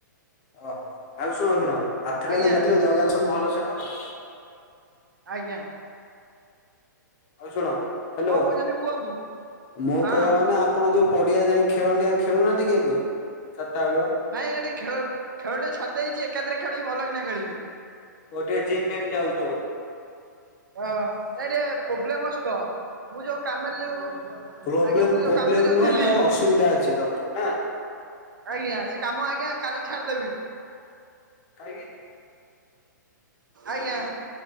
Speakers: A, on the left (about 35°); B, on the right (about 85°).
A: ଓହୋ ଆଉ ଶୁଣ ଶୁଣ ଆରଥର
B: ଆଜ୍ଞା
A: ଯଉ ଯାଇଥିଲ ଜଗା ଦର୍ଶନ‌ ଭଲ ସେ କଲ?
B: ଆଜ୍ଞା।
A: ହଉ ଶୁଣ ହ୍ୟାଲୋ
B: କଣ କହୁଛନ୍ତି କୁହନ୍ତୁ?
A: ମୁଁ
B: ହଁ
A: କହିବା ମାନେ ଆପଣ ଯୋଉ ପଡିଆ ଯାଇ ଖେଳନ୍ତି ଆଉ ଖେଳୁନାହାନ୍ତି କି ଏବେ ଚାରିଟା ବେଳୁଆ?
B: ନାଇଁ ଏଇନା ଟିକେ ଖେଳ ଖେଳ ଟିକେ ଛାଡିଦେଇଛି ଏକାଥରେ ଖେଳିବି ଭଲ କି ନା ଖେଳିବି।
A: ଓ ଟିକେ ଜିମ୍ ଫିମ୍ ଯାଉଛ ବୋଧେ?
B: ହଁ ଏ ଟିକେ
A: ହଁ।
B: ପ୍ରୋବ୍ଲେମ ଅଛି ତ ମୁଁ ଯୋଉ କାମରେ ଯୋଉ ଆଜ୍ଞା
A: ପ୍ରୋବ୍ଲେମ
B: ମୁଁ
A: ପ୍ରୋବ୍ଲେମ
B: ଯୋଉ କାମରେ ଯୋଉଥିଲି।
A: ନୁହଁ ହେଟା ଅସୁବିଧା ଅଛି ତମର ନା
B: ଆଜ୍ଞା ସେ କାମ ଆଜ୍ଞା କାଲି ଛାଡିଦେବି।
A: କାହିଁକି?
B: ଆଜ୍ଞା।